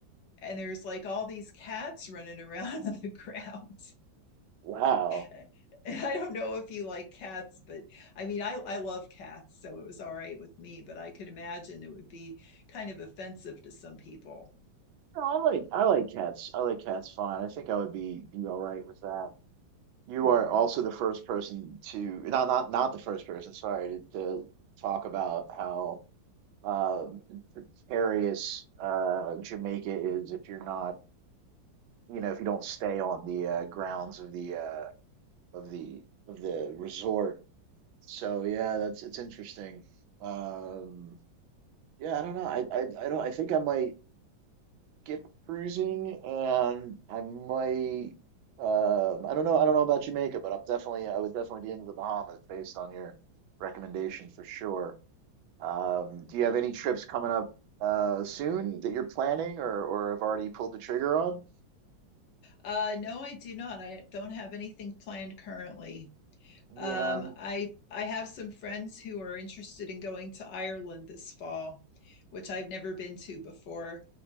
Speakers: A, on the left (about 65°); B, on the right (about 80°).
A: and there's like all these cats running around <laughs> on the ground.
B: wow.
A: <laughs> And I don't know if you like cats, but I mean, I, I love cats, so it was all right with me, but I could imagine it would be kind of offensive to some people.
B: No, I like I like cats. I like cats fine. I think I would be be all right with that. You
A: Mhm.
B: are also the first person to not not not the first person, sorry, to, to talk about how uh precarious uh Jamaica is if you're not, you know, if you don't stay on the uh grounds of the uh of the of the resort. So yeah, that's it's interesting. Um yeah, I don't know. I I I don't I think I might skip cruising and I might um I don't know I don't know about Jamaica, but I'm definitely I would definitely be into the Bahamas based on your recommendation for sure. Um, do you have any trips coming up uh soon that you're planning or or have already pulled the trigger on?
A: Uh, no, I do not. I don't have anything planned currently.
B: Yeah,
A: Um,
B: um,
A: I I have some friends who are interested in going to Ireland this fall, which I've never been to before.